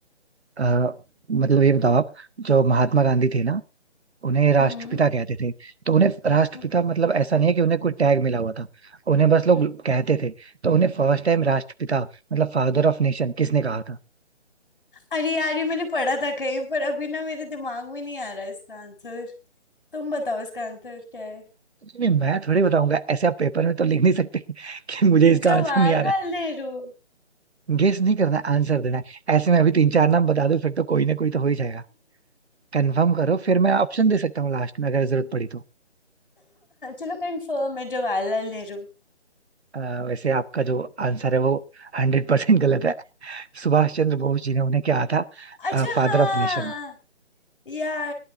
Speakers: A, on the right; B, on the left.
A: आ, मतलब ये बताओ आप जो महात्मा गांधी थे ना उन्हें राष्ट्रपिता
B: हम्म
A: कहते थे तो उन्हें राष्ट्रपिता
B: हम्म,
A: मतलब ऐसा नहीं है कि उन्हें कोई टैग मिला हुआ था उन्हें बस लोग
B: हम्म।
A: कहते थे तो उन्हें फर्स्ट टाइम राष्ट्रपिता मतलब फादर ऑफ नेशन किसने कहा था
B: अरे यार ये मैंने पढ़ा था कहीं पर अभी ना मेरे दिमाग में नहीं आ रहा इसका आंसर तुम बताओ इसका आंसर क्या है
A: नहीं मैं थोड़ी बताऊंगा ऐसे आप पेपर में तो लिख नहीं सकते <laughs> कि मुझे इसका
B: जवाहरलाल
A: आंसर नहीं आ रहा
B: नेहरू
A: गेस नहीं करना आंसर देना है ऐसे में अभी तीन चार नाम बता दो फिर तो कोई ना कोई तो हो ही जाएगा कंफर्म करो फिर मैं ऑप्शन दे सकता हूँ लास्ट में अगर जरूरत पड़ी तो
B: चलो कंफर्म है जवाहरलाल नेहरू
A: अ, वैसे आपका जो आंसर है वो हंड्रेड परसेंट गलत है सुभाष चंद्र बोस जी ने उन्हें क्या कहा
B: अच्छा
A: था Father
B: हाँ
A: of nation
B: यार